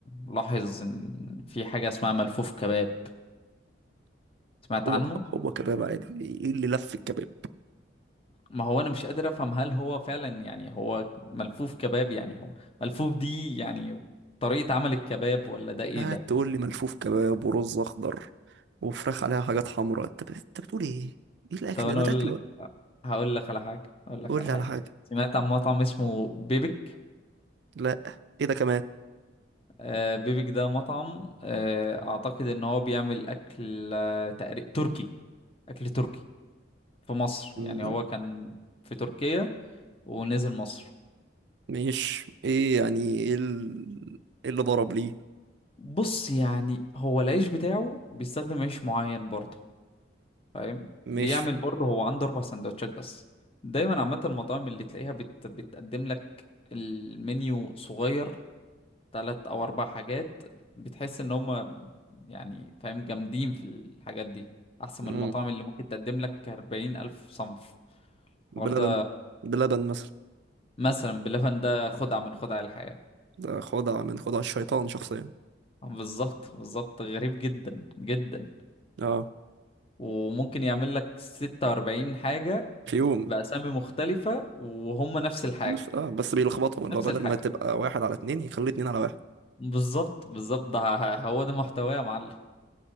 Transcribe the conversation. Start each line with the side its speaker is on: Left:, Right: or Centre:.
Left: ملاحظ إن في حاجة اسمها ملفوف كباب سمعت
Right: هو
Left: عنه
Right: هو كباب عادي ايه اللي لف الكباب
Left: ما هو انا مش قادر افهم هل هو فعلا يعني هو ملفوف كباب يعني هو ملفوف دي يعني طريقة عمل الكباب ولا ده ايه
Right: قاعد
Left: ده
Right: تقول لي ملفوف كباب ورز اخضر وفراخ عليها حاجات حمراء انت ب... انت بتقول ايه ايه الاكل
Left: طب انا
Right: ده ما
Left: اقول
Right: تاكله
Left: لك هقول لك على حاجة هقول لك
Right: قول
Left: على
Right: لي
Left: حاجة
Right: على حاجه
Left: سمعت عن مطعم اسمه بيبك
Right: لا ايه ده كمان
Left: آه بيبك ده مطعم آه اعتقد ان هو بيعمل اكل آه تقري... تركي اكل تركي في مصر يعني
Right: م-
Left: هو كان في تركيا ونزل مصر
Right: مش ايه يعني ايه ال... إيه اللي ضرب ليه
Left: بص يعني هو العيش بتاعه بيستخدم عيش معين برضه فاهم بيعمل
Right: مش
Left: برضه هو عنده اربع سندوتشات بس دايما عامه المطاعم اللي تلاقيها بت... بتقدم لك المنيو صغير تلات او اربع حاجات بتحس ان هم يعني فاهم جامدين في الحاجات دي احسن
Right: م-
Left: من المطاعم اللي ممكن تقدم لك اربعين الف صنف الحوار
Right: بلبن
Left: ده
Right: بلبن مثلا
Left: مثلا بلبن ده خدعة من خدع الحياة
Right: ده خدعه من خدع الشيطان شخصيا
Left: بالظبط بالظبط غريب جدا جدا
Right: اه
Left: وممكن يعمل لك 46 حاجة
Right: في يوم
Left: بأسامي مختلفة وهم نفس الحاجة
Right: بس اه بس بيلخبطهم اللي
Left: نفس
Right: هو بدل
Left: الحاجة
Right: ما تبقى واحد على اتنين يخلي اتنين على واحد
Left: بالظبط بالظبط ده ه- هو ده محتواه يا معلم